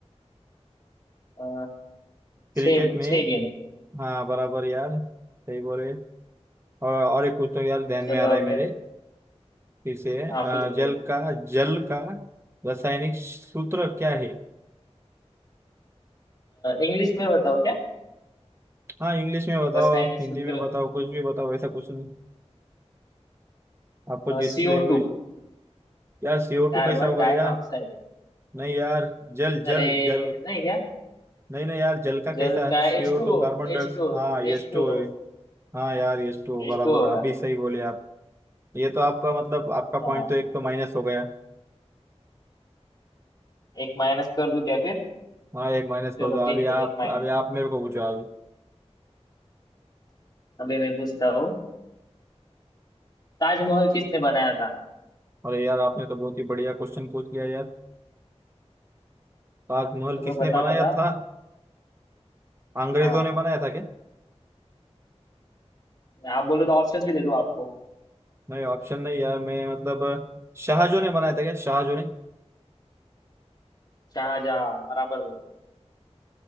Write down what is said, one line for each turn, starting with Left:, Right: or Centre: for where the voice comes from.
Left: अ,
Right: क्रिकेट
Left: छः
Right: में
Left: छः गेंद
Right: हाँ बराबर यार सही बोले और और एक पूछता हूँ यार ध्यान
Left: चलो
Right: में आ रहा
Left: अब
Right: है मेरे
Left: मैं-
Right: फिर से अ,
Left: हाँ पूछो पूछो
Right: जल का जल का रासायनिक सूत्र क्या है
Left: इंग्लिश में बताओ क्या
Right: हाँ इंग्लिश में बताओ
Left: रासायनिक
Right: हिंदी
Left: सूत्र
Right: में बताओ कुछ भी बताओ ऐसा कुछ नहीं आपको जिस
Left: CO
Right: लैंग्वेज
Left: two
Right: यार सीओ
Left: Carbon
Right: टू कैसा होगा
Left: dioxide
Right: यार नहीं यार जल जल
Left: अरे
Right: जल
Left: नहीं क्या
Right: नहीं नहीं यार जल का
Left: जल
Right: कैसा
Left: का
Right: सीओ
Left: H two
Right: टू
Left: O
Right: कार्बन डाइऑक्साइड
Left: H two O
Right: हाँ
Left: H
Right: एच
Left: two
Right: टू
Left: O
Right: हाँ यार एच टू बराबर
Left: H two होगा
Right: आप भी सही बोले आप ये तो आपका मतलब आपका
Left: हाँ
Right: पॉइंट तो एक तो माइनस हो गया
Left: एक माइनस कर दूं क्या फिर
Right: हाँ एक माइनस
Left: चलो
Right: कर दो
Left: ठीक
Right: अभी
Left: है
Right: आप
Left: एक माइनस
Right: अभी आप मेरे को पूछो अभी
Left: अभी मैं पूछता हूँ ताजमहल किसने बनाया था
Right: अरे यार आपने तो बहुत ही बढ़िया क्वेश्चन पूछ लिया यार ताजमहल
Left: चलो
Right: किसने
Left: बताओ
Right: बनाया
Left: बताओ
Right: था अंग्रेजों
Left: हाँ
Right: ने बनाया था क्या
Left: आप बोलो तो ऑप्शन भी दे दूँ आपको
Right: नहीं ऑप्शन नहीं यार मैं मतलब शाहजहां ने बनाया था क्या शाहजहां ने
Left: शाहजहाँ बराबर बोला